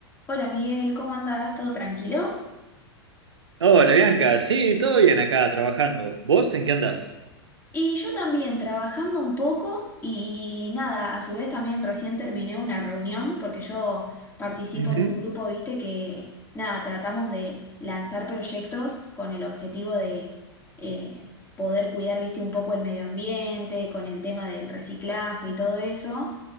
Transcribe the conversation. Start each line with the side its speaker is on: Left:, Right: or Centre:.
Left: Hola Miguel, ¿cómo andás? ¿Todo tranquilo?
Right: Hola Bianca, sí, todo bien acá trabajando. ¿Vos en qué andás?
Left: Y yo también trabajando un poco y nada, a su vez también recién terminé una reunión porque yo participo
Right: Ujú.
Left: en un grupo, viste, que nada, tratamos de lanzar proyectos con el objetivo de eh, poder cuidar, viste, un poco el medio ambiente, con el tema del reciclaje y todo eso.